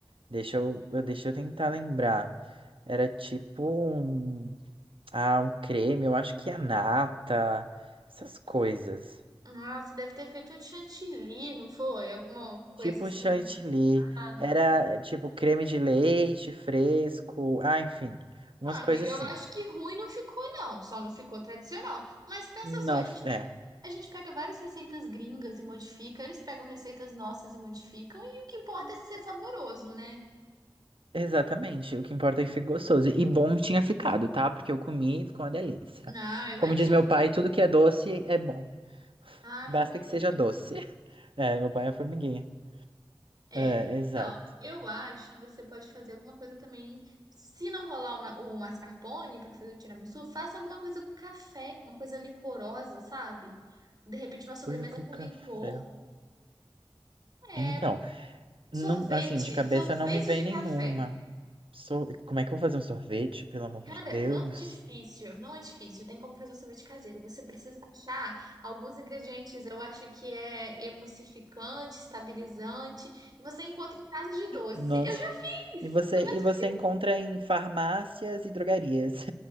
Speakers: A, on the right; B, on the right.
A: deixa eu, eu- deixa eu tentar lembrar. Era tipo um, ah, um creme, eu acho que a nata, essas coisas.
B: Ah, você deve ter feito um chantilly, não foi? Alguma coisa
A: Tipo
B: assim.
A: chantilly,
B: Nada.
A: era tipo creme de leite fresco, ah, enfim, umas
B: Ah,
A: coisas
B: amiga, eu
A: assim.
B: acho que ruim não ficou, não. Só não ficou tradicional. Mas pensa
A: Não,
B: só, a gente,
A: é,
B: pe- a gente pega várias receitas gringas e modifica, eles pegam receitas nossas e modificam, e o que importa é ser saboroso, né?
A: exatamente, o que importa é que fique gostoso. E bom tinha ficado, tá? Porque eu comi e ficou uma delícia.
B: Ah, eu imagino.
A: Como diz meu pai, tudo que é doce é bom,
B: Ah,
A: basta
B: formiguinha.
A: que seja doce. <laughs> É, meu pai é formiguinha.
B: É,
A: É, exato.
B: eu acho que você pode fazer alguma coisa também. Se não rolar uma, o mascarpone para fazer o tiramisu, faça alguma coisa com café, uma coisa licorosa, sabe? De repente uma sobremesa
A: Coisa com
B: com
A: café.
B: licor. É,
A: Então, não,
B: sorvete,
A: assim, de cabeça
B: sorvete
A: não me vem
B: de
A: nenhuma.
B: café.
A: Sor- Como é que eu vou fazer um sorvete, pelo amor
B: Cara,
A: de Deus?
B: não é difícil, não é difícil. Tem como fazer o sorvete caseiro. Você precisa achar alguns ingredientes. Eu acho que é emulsificante, estabilizante. Você encontra em casa de doce.
A: Nossa.
B: Eu já fiz.
A: E você,
B: Não é
A: e
B: difícil,
A: você encontra em farmácias e drogarias,